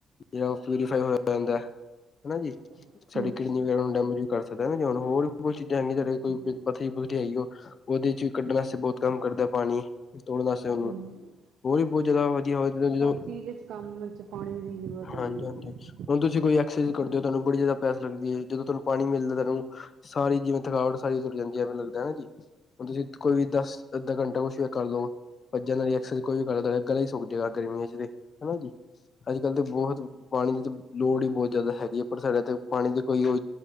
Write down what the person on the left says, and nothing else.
ਜਿਹੜਾ ਉਹ ਪੳਰੀਫਾਈ ਹੋ ਜਾਂਦਾ ਹਨਾ ਜੀ
ਸਾਡੀ ਕਿਡਨੀ ਵਗੈਰਾ ਨੂੰ ਡੈਮੇਜ ਵੀ ਕਰ ਸਕਦਾ ਹੈ ਨਾ, ਜਾਂ ਹੋਰ ਬਹੁਤ ਚੀਜ਼ਾਂ ਹੈਗੀਆ ਕੋਈ
ਪਥਰੀ ਪੁਥਰੀ ਆਈ ਹੋਵੇ ਉਹਦੇ ਚ ਵੀ ਕੱਢਣ ਵਾਸਤੇ ਬਹੁਤ ਕੰਮ ਕਰਦਾ ਪਾਣੀ, ਤੋੜਨ ਵਾਸਤੇ ਉਹਨੂੰ
ਹੋਰ ਵੀ ਬਹੁਤ ਜਿਆਦਾ ਵਧੀਆ ਹੋ, ਜਦੋਂ
ਹਾਂਜੀ
ਹਾਂਜੀ
ਹੁਣ ਤੁਸੀਂ ਕੋਈ ਐਕਸਰਸਾਈਜ ਕਰਦੇ ਹੋ, ਤੁਹਾਨੂੰ ਬੜੀ ਜ਼ਿਆਦਾ ਪਿਆਸ ਲੱਗਦੀ ਏ, ਜਦੋ ਤੁਹਾਨੂੰ ਪਾਣੀ ਮਿਲਦਾ <unintelligible> ਸਾਰੀ ਜਿਵੇਂ ਥਕਾਵਟ, ਸਾਰੀ ਉਤਰ ਜਾਂਦੀ ਹੈ ਐਵੇਂ ਲੱਗਦਾ ਨਾ ਜੀ? ਹੁਣ ਤੁਸੀਂ ਕੋਈ ਵੀ ਦਸ, ਅੱਧਾ ਘੰਟਾ ਕੁਛ ਵੀ ਕਰ ਲਉ, ਪਜਨ ਆਲੀ ਐਕਸਰਸਾਈਜ਼ ਕੋਈ ਵੀ ਕਰ ਲੋ, ਤੁਆਡਾ ਗਲਾ ਈ ਸੁਕ ਜਾਏਗਾ, ਗਰਮੀਆਂ ਇੱਚ ਤੇ। ਹਨਾ ਜੀ? ਅੱਜ ਕੱਲ੍ਹ ਤੇ ਬਹੋਤ, ਪਾਣੀ ਦੀ ਤੇ ਲੋੜ ਈ ਬਹੋ ਜਦ ਹੈਗੀ ਏ, ਪਰ ਸਾਡੇ ਏਥੇ ਪਾਣੀ ਦੀ ਕੋਈ ਉਹ